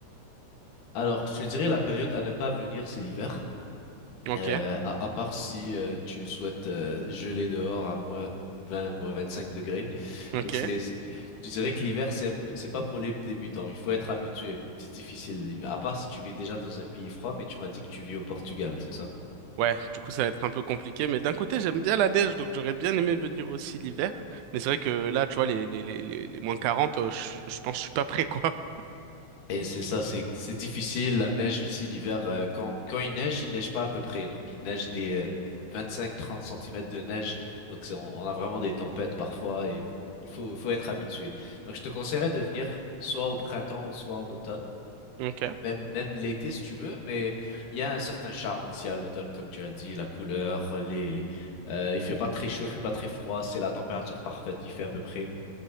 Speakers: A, on the left; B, on the right.
A: Alors je te dirais la période à ne pas venir c'est l'hiver
B: Ok,
A: Euh, à, à part si euh, tu souhaites euh, geler dehors à moins 20, moins 25 degrés.
B: ok.
A: Donc c'est, c'est- je dirais que l'hiver, c'est un peu- c'est pas pour les débutants. Il faut être habitué. C'est difficile l'hiver. À part si tu vis déjà dans un pays froid, mais tu m'as dit que tu vis au Portugal, c'est ça?
B: Ouais, du coup, ça va être un peu compliqué, mais d'un côté, j'aime bien la neige, donc j'aurais bien aimé venir aussi l'hiver. Mais c'est vrai que là, tu vois, les, les, les, les, les moins 40 euh, je, je pense que je suis pas prêt, quoi.
A: Et c'est ça, c'est c'est difficile. La neige ici l'hiver, euh, quand quand il neige, il neige pas à peu près. Donc il neige des 25-30 centimètres de neige. Donc c'est- on, on a vraiment des tempêtes parfois et il faut faut être habitué. Donc je te conseillerais de venir soit au printemps, soit en automne,
B: <laughs> Ok.
A: même même l'été si tu veux. Mais il y a un certain charme ici à l'automne, comme tu as dit, la couleur, les, les euh, il fait pas très chaud, il fait pas très froid, c'est la température parfaite. Il fait à peu près